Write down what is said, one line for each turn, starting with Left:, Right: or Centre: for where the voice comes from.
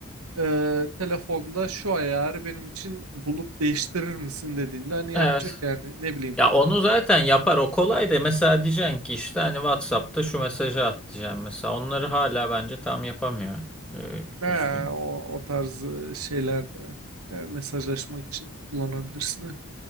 Right: e, telefonda şu ayarı benim için bulup değiştirir misin dediğinde hani yapacak
Centre: Evet.
Right: yani ne bileyim
Centre: Ya onu zaten yapar o kolay da mesela diyeceksin ki işte hani WhatsApp'ta şu mesajı at diyeceğim mesela onları hala bence tam yapamıyor e,
Right: ha,
Centre: düzgün.
Right: o, o tarz e, şeyler de yani mesajlaşmak için kullanabilirsin.